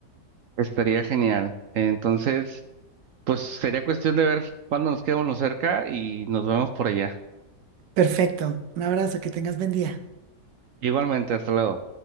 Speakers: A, on the right; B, on the right.
A: Estaría genial. Entonces, pues sería cuestión de ver cuándo nos quedamos cerca y nos vemos por allá.
B: Perfecto. Un abrazo, que tengas buen día.
A: Igualmente, hasta luego.